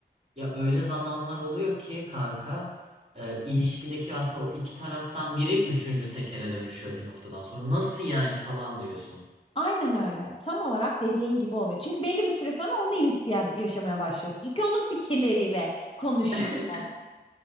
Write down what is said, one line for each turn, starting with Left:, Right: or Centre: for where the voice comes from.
Right: Ya öyle zamanlar oluyor ki kanka e, ilişkideki aslında o iki taraftan biri üçüncü tekere dönüşüyor bir noktadan sonra. Nasıl yani falan diyorsun.
Left: Aynen öyle. Tam olarak dediğin gibi oluyor. Çünkü belli bir süre sonra onunla ilişki ya- yaşamaya başlıyorsun. Çünkü onun fikirleriyle konuşuyor
Right: <laughs>
Left: o.